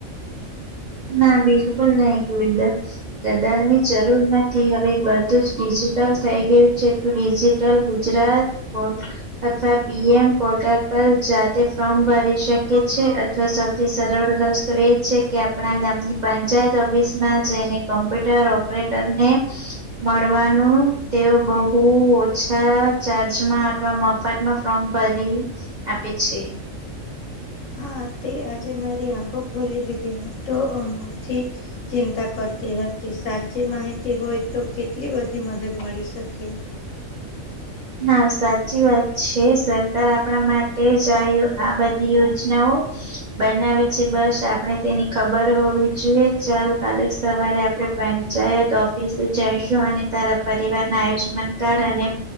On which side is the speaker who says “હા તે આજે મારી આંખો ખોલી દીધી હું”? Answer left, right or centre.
Left